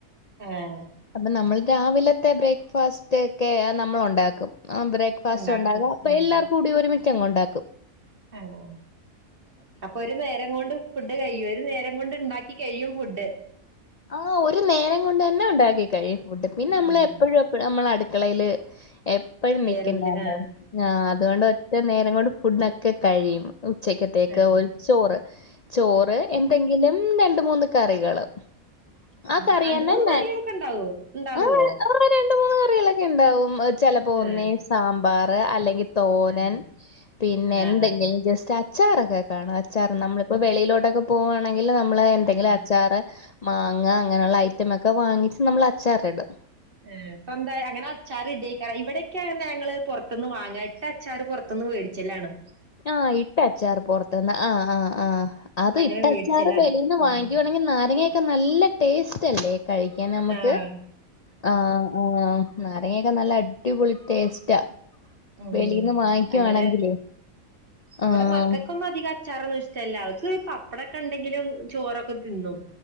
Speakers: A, on the right (about 40°); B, on the left (about 65°).
A: ആഹ്
B: അപ്പൊ നമ്മള് രാവിലത്തെ ബ്രേക്ക്ഫാസ്റ്റ് ഒക്കെ അത് നമ്മളൊണ്ടാക്കും. ആഹ് ബ്രേ ഫാസ്റ്റ്
A: ഉണ്ടാക്ക
B: ഒണ്ടാക്കാ അപ്പൊ
A: ആഹ്
B: എല്ലാർക്കും കൂടി ഒരുമിച്ചങ്ങൊണ്ടാക്കും.
A: ആഹ് അപ്പൊ ഒരു നേരം കൊണ്ട് ഫുഡ് കയ്യും. ഒരു നേരം കൊണ്ട് ഇണ്ടാക്കി കയ്യും ഫുഡ്?
B: ആഹ് ഒരു നേരം കൊണ്ട് തന്നെ ഒണ്ടാക്കി കഴിയും ഫുഡ്. പിന്നെ നമ്മള്
A: ആഹ്
B: എപ്പഴും എ പ്പഴു അമ്മള് അടുക്കളയില് എപ്പഴും
A: കേറൂല
B: നിക്കണ്ടാലോ.
A: ആഹ്
B: ആഹ് അത്കൊണ്ടൊ ഒറ്റ നേരം കൊണ്ട് ഫുഡൊക്കെ കഴിയും. ഉച്ചകത്തേക്ക്
A: ആഹ്
B: ഒരു ചോറ്. ചോറ് എന്തെങ്കിലും രണ്ട്മൂന്ന് കറികള്.
A: ആഹ്
B: ആ കറിയന്നെ
A: രണ്ട് മൂന്ന്
B: നല്ലെ
A: കറികളൊക്കെ ഉണ്ടാവോ ഉണ്ടാവോ
B: ആ രണ്ട് മൂന്ന് കറികളൊക്കെ ഇണ്ടാവും ചെലപ്പോ
A: ആഹ്
B: ഒന്നീ സാമ്പാർ അല്ലെങ്കി തോരൻ
A: ആഹ്
B: പിന്നെ
A: ആഹ്
B: എന്തെങ്കിലും ജസ്റ്റ് അ ച്ചാറൊക്കെ കാണും അച്ചാറ് നമ്മളിപ്പോ വെളിയിലോട്ടൊക്കെ പോവുവാണെങ്കില് നമ്മളെ എന്തെങ്കിലും
A: ആഹ്
B: അച്ചാറ് മാങ്ങ അങ്ങനെയുള്ള ഐറ്റമൊക്കെ വാങ്ങീച്ച് നമ്മള അച്ചാറ് ഇടും
A: ഏഹ് സ്വന്തായി അങ്ങനെ അച്ചാ റ് ഇടേക്കാരം ഇവിടെയൊക്കെ പറഞ്ഞ ഞങ്ങള് പൊറത്ത്ന്ന് വാങ്ങ ഇട്ട അച്ചാറ് പൊറത്ത്ന്ന് വേടിച്ചലാണ്
B: ആഹ് ഇട്ട അച്ചാറ് പൊറത്ത്ന്ന് ആഹ് ആഹ് ആഹ് അത്
A: അങ്ങനെ
B: ഇട്ട
A: മേടിച്ചലാണ്
B: അച്ചാറ് വെളീന്ന്
A: ഉം
B: വാങ്ങി ക്കുവാണെങ്കി നാരങ്ങയക്കെ നല്ല ടേസ്റ്റ്ല്ലേ കഴിക്കാൻ നമുക്ക്
A: ആഹ്
B: ആഹ് നാരങ്ങയൊക്കെ നല്ല അടിപൊളി ടേസ്റ്റാ
A: ഉം
B: വെളീന്ന് വാങ്ങിക്കുവാണെങ്കിലേ
A: അങ്ങനെ ഇവടെ
B: ആഹ്
A: മക്കക്കൊന്നും അധിക അ ച്ചാറൊന്നും ഇഷ്ടല്ല അവർക്ക് പപ്പടൊക്കെ ഇണ്ടെങ്കിലും ചോറൊക്കെ തിന്നും